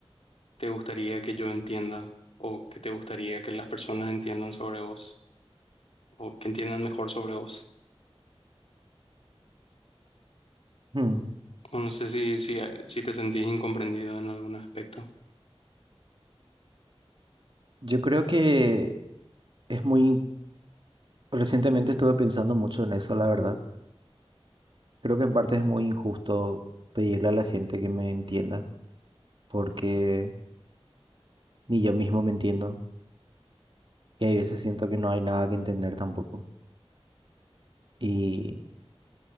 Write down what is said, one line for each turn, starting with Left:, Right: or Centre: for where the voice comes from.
Left: te gustaría que yo entienda o que te gustaría que las personas entiendan sobre vos o que entiendan mejor sobre vos.
Right: Hmm,
Left: O no sé si, si, si te sentís incomprendido en algún aspecto.
Right: Yo creo que es muy, recientemente estuve pensando mucho en eso, la verdad. Creo que en parte es muy injusto pedirle a la gente que me entienda, porque ni yo mismo me entiendo y hay veces siento que no hay nada que entender tampoco. Y